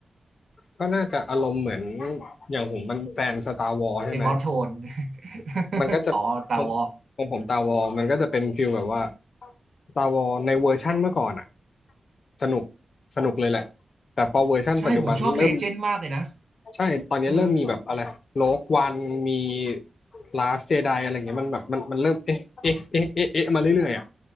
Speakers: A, on the left; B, on the right.
A: ก็น่าจะอารมณ์เหมือนอย่างผมมันแฟนสตาร์วอลใช่ไหม
B: เกม <laughs> ออฟโทน <laughs>
A: มันก็จะของของผมตาวอลมันก็จะเป็นฟิลแบบว่า
B: อ๋อตาวอ
A: ตาวอลในเวอร์ชั่นเมื่อก่อนอ่ะสนุกสนุกเลยแหละ แต่พอเวอร์ชั่นปัจจุบันเริ่ม
B: ใช่ผมชอบเลเจนด์มากเลยนะ
A: ใช่ ตอนนี้เริ่มมีแบบอะไรโลกวันมี
B: เออ
A: ลาสเจไดอะไรเงี้ยมันแบบมันมันเริ่มเอ๊ะเอ๊ะเอ๊ะเอ๊ะเอ๊ะมาเรื่อยๆอ่ะ